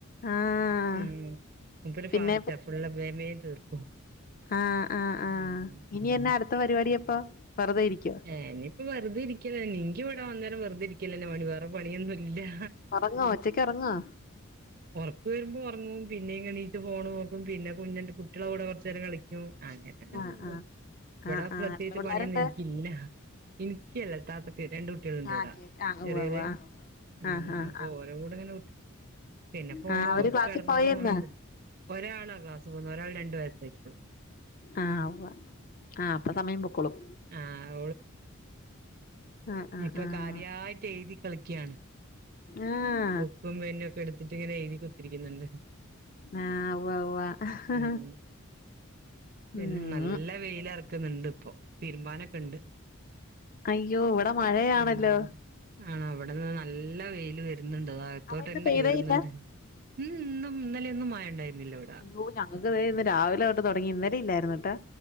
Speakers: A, on the left; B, on the right.
A: ആഹ്
B: ഉം മൂപ്പര്
A: പിന്നെ
B: ഫാസ്റ്റാ ഫുള്ള് വേഗം വേഗം തീർക്കും
A: ആഹ് ആഹ് ആഹ്
B: ഉം
A: ഇനി എന്നാ അടുത്ത പരിപാടി അപ്പോ വെറുതെ ഇരിക്കോ
B: ഏ ഇനിപ്പൊ വെറുതെ ഇരിക്കല് തന്നെ എനിക്ക് ഇവിട വന്നേരം വെറുതെ ഇരിക്കല് തന്നെ പണി വേറെ പണിയൊന്നും ഇല്ലാ
A: ഒറങ്ങുവൊ ഉച്ചക്ക് ഒറങ്ങുവൊ
B: ഒറക്കം വരുമ്പോ ഒറങ്ങും പിന്നേയും ഇങ്ങെണീച്ച് ഫോണ് നോക്കും പിന്നെ കുഞ്ഞിന്റെ കുട്ടികളുടെ കൂടെ കൊറച്ച് നേരം കളി ക്കും അങ്ങനെങ്ങനെ
A: ആഹ്
B: പോകും
A: ആഹ്
B: ഇവിടെ
A: ആഹ് ആഹ്
B: പ്രത്യേകിച്ച്
A: എത്ര പിള്ളേരുണ്ട്
B: പണിയൊന്നും എനിക്കില്ല എനിക്കല്ല ഇത്താത്തക്ക് രണ്ട് കുട്ടികളുണ്ട് ഇവടെ
A: ആഹ് കേക്ക് ആഹ്
B: ചെറിയവര്
A: ഉവ്വ ഉവ്വ
B: ഉം
A: ആഹ് ആഹ്
B: അപ്പോ
A: ആഹ്
B: ഓ രുടെ കൂടെ ഇങ്ങനെ നിൽക്കും പിന്നേ ഫോണ്
A: ആഹ് അവര്
B: നോക്കും
A: ക്ലാസ്സിൽ
B: കെടന്നുറങ്ങും
A: പോയന്ന്
B: അങ്ങനെ തന്നേ ഒരാളാ ക്ലാസ് പോകുന്നത് ഒരാള് രണ്ട് വയസ്സായിട്ടുള്ളു
A: ആഹ് ഉവ്വാ ആഹ് അപ്പ സമയം പൊക്കോളും
B: ആഹ്
A: ആഹ് ആഹ്
B: ഇപ്പ
A: ആഹ്
B: കാര്യായിട്ട് എഴുതി കളിക്കാണ്
A: ആഹ്
B: ബുക്കും പെന്നും ഒക്കെ എടുത്തിട്ട് ഇങ്ങനെ എഴുതി കുത്തിരിക്കുന്നുണ്ട്
A: ആഹ് ഉവ്വ ഉവ്വ
B: ഉം പിന്നെ
A: ഊം
B: നല്ല വെയിലറക്കുന്നുണ്ട് ഇപ്പൊ തിരുമ്പാനൊക്കെ ഉണ്ട്
A: അയ്യോ ഇവിടെ മഴയാണല്ലോ
B: ഉം ആണാ ഇവിടെന്ന് നല്ല വെയില് വരുന്നുണ്ട് അകത്തോട്ട്
A: അപ്പൊ ഇന്ന്
B: തന്നെ
A: പെയ്തേയില്ല
B: കേറുന്നുണ്ട് ഉം ഇന്നും ഇന്നലെയൊന്നും മഴ ഇണ്ടായിരുന്നില്ല ഇവിടെ
A: ഇയ്യോ ഞങ്ങക്ക് ദേ ഇന്ന് രാവിലെ തൊട്ട് തൊടങ്ങി ഇന്നലെ ഇല്ലായിരുന്നൂട്ടാ